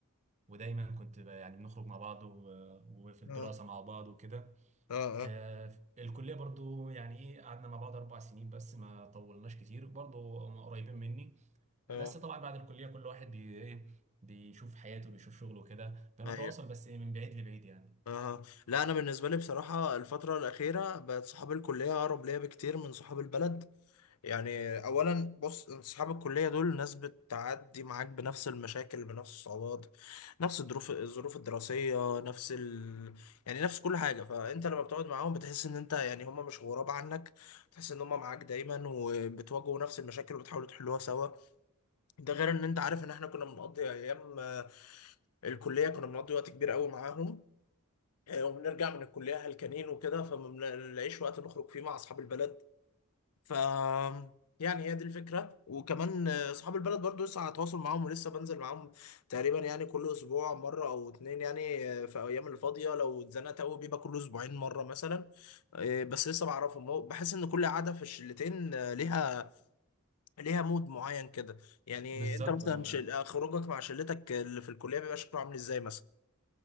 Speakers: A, on the right (about 30°); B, on the left (about 85°).
A: ودايما كنت ب- يعني بنخرج مع بعض و- وفي الدراسه
B: اه
A: مع بعض وكده
B: اه اه
A: آه، الكليه برضو يعني ايه قعدنا مع بعض اربع سنين بس ما طولناش كتير برضو هم قريبين مني
B: اه
A: بس طبعا بعد الكلية كل واحد بي ايه بيشوف حياته بيشوف شغله كده بنتواصل
B: ايوه
A: بس إيه، من بعيد لبعيد يعني
B: أها لا أنا بالنسبة لي بصراحة الفترة الأخيرة بقت صحاب الكلية أقرب ليا بكتير من صحاب البلد يعني أولا بص أنت صحاب الكلية دول ناس بتعدي معاك بنفس المشاكل بنفس الصعوبات نفس الظروف الظروف الدراسية نفس ال... يعني نفس كل حاجة فأنت لما بتقعد معاهم بتحس إن أنت يعني هما مش غراب عنك بتحس إن هما معاك دايما وبتواجهوا نفس المشاكل وبتحاولوا تحلوها سوا ده غير إن أنت عارف إن إحنا كنا بنقضي أيام آه، الكلية كنا بنقضي وقت كبير قوي معاهم آه، وبنرجع من الكلية هلكانين وكده فما بنلاقيش وقت نخرج فيه مع أصحاب البلد ف يعني هي دي الفكرة وكمان آه، أصحاب البلد برضو لسه على تواصل معاهم ولسه بنزل معاهم تقريبا يعني كل أسبوع مرة أو اتنين يعني آه، في أيام الفاضية لو اتزنقت أوي بيبقى كل أسبوعين مرة مثلا آه، بس لسه بعرفهم هو- بحس إن كل قعدة في الشلتين آه، ليها ليها مود معين كده يعني
A: بالظبط
B: أنت مثلا
A: اه
B: شل- آه، خروجك مع شلتك اللي في الكلية بيبقى شكله عامل إزاي مثلا؟